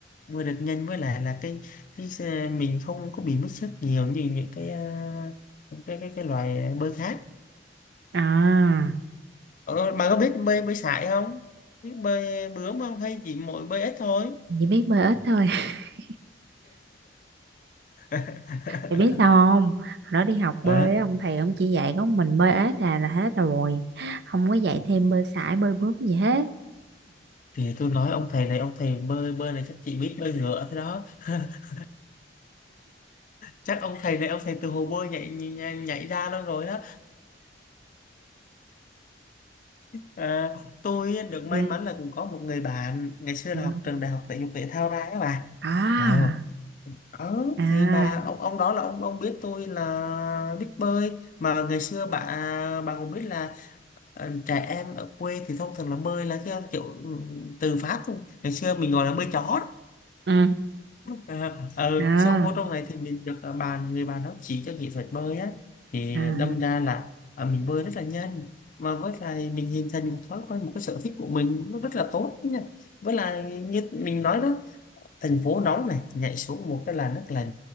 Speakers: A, on the left; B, on the right.
A: bơi được nhanh với lại là cái cái xe- mình không có bị mất sức nhiều như những cái ờ, cái cái cái loài bơi khác
B: À,
A: Ờ, bà có biết bơi bơi sải không? Biết bơi bướm không hay chỉ mỗi bơi ếch thôi?
B: chỉ biết bơi ếch thôi. <laughs>
A: <laughs>
B: thì biết sao không? Hồi đó đi học bơi
A: Đó,
B: á, ông thầy ông chỉ dạy có mình bơi ếch là là hết rồi. Không có dạy thêm bơi sải, bơi bướm gì hết.
A: thì tôi nói ông thầy này ông thầy bơi bơi này chắc chị biết bơi ngựa thế đó <laughs> chắc ông thầy này ông thầy từ hồ bơi nhảy nhảy, nhảy ra đâu rồi đó À, tôi được may
B: Ừ.
A: mắn là cũng có một người bạn ngày xưa
B: Ừ.
A: là học trường đại học thể dục thể thao ra các bạn
B: À.
A: ờ ờ
B: À.
A: thì bà ông ông đó là ông ông biết tôi là biết bơi mà ngày xưa bà bà cũng biết là ờ, trẻ em ở quê thì thông thường là bơi là cái kiểu ừ, từ phát luôn ngày xưa mình gọi là bơi chó
B: Ừ.
A: À, ờ, ừ,
B: À.
A: sau vô trong này thì mình được ờ, bạn người bạn đó chỉ cho kỹ thuật bơi á thì
B: À.
A: đâm ra là ờ, mình bơi rất là nhanh mà với lại mình hình thành một thói quen một cái sở thích của mình nó rất là tốt nha với lại như mình nói đó thành phố nóng này nhảy xuống một cái là nước là